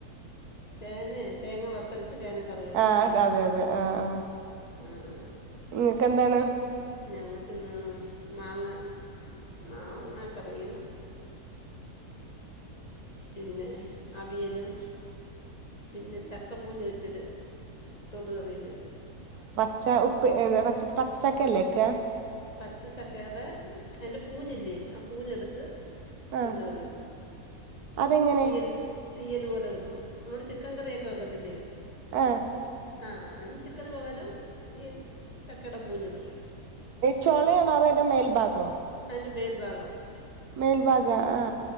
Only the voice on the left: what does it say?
ചേനേ തേങ്ങ വറ്ത്തരച്ച് ചേന കറി വെക്കുല്ലേ
ആഹ്
ഞങ്ങക്ക്ന്ന് മാങ്ങ മാങ്ങക്കറിയും പിന്നെ അവിയലും പിന്നെ ചക്കപ്പൂഞ്ഞ് വെച്ചിത് തൊട് കറിയും വെച്ച്
പച്ചച്ചക്കടെ എന്റെ പൂഞ്ഞില്ലേ ആ പൂഞ്ഞെട്ത്ത്
തൊടറി,
തീയല് തീയൽ പോലെ വെക്കും നമ്മള് ചിക്കൻ കറിയൊക്കെ വെക്കത്തില്ലേ
ആ അതിന് ചിക്കന് പകരം ഈ ചക്കടെ പൂഞ്ഞിടും
ന്റെ മേൽഭാഗം